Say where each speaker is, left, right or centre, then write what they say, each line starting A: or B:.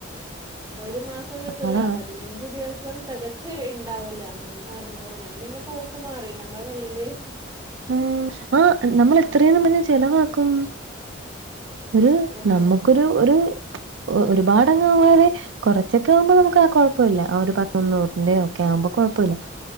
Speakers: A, on the right (about 20°); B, on the right (about 75°).
A: ഒരു മാസൊന്നും ത്തൂല.
B: അതാ
A: പതിനഞ്ച് ദിവസം തെക. ശരി ണ്ടാവൂല അങ്ങനെ അറ്ന്നൂറ് ഞാൻ പിന്നെ പോക്ക് മാറി നമ്മളെ കയ്യില്.
B: ആഹ് ആഹ് നമ്മൾ എത്രേന്നും പറഞ്ഞ് ചെലവാക്കും. ഒരു
A: ആഹ്
B: നമ്മക്കൊരു ഒരു ഒരു ഒരുപാടങ്ങാവാതെ. കുറച്ചൊക്കെ ആവുമ്പോ നമുക്കാ കുഴപ്പൊല്ല്യ ഒരു പത്തൊന്നൂറിന്റെ ക്കെ ആവുമ്പോ കുഴപ്പൊല്യ.